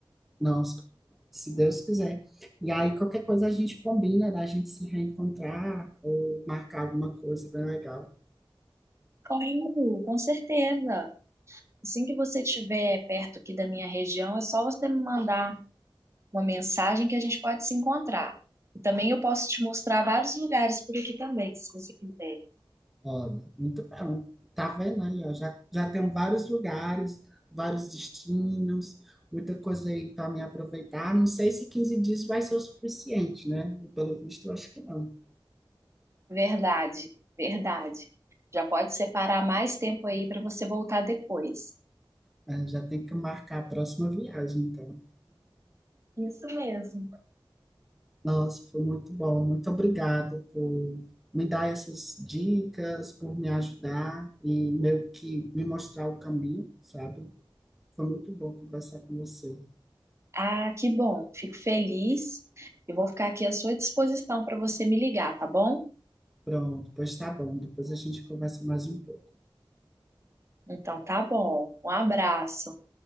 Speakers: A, in the centre; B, on the right.
A: Nossa, se Deus quiser. E aí, qualquer coisa a gente combina da gente se reencontrar ou marcar alguma coisa bem legal.
B: Claro, com certeza. Assim que você estiver perto aqui da minha região, é só você me mandar uma mensagem que a gente pode se encontrar. E também eu posso te mostrar vários lugares por aqui também, se você quiser.
A: Olha, muito bom. Tá vendo aí, ó? Já, já tem vários lugares, vários destinos, muita coisa aí para me aproveitar. Não sei se 15 dias vai ser o suficiente, né? Pelo visto, eu acho que não.
B: Verdade, verdade. Já pode separar mais tempo aí para você voltar depois.
A: É, já tem que marcar a próxima viagem, então.
B: Isso mesmo.
A: Nossa, foi muito bom. Muito obrigado por me dar essas dicas, por me ajudar e meio que me mostrar o caminho, sabe? Foi muito bom conversar com você.
B: Ah, que bom. Fico feliz. Eu vou ficar aqui à sua disposição para você me ligar, tá bom?
A: Pronto, pois tá bom. Depois a gente conversa mais um pouco.
B: Então tá bom. Um abraço.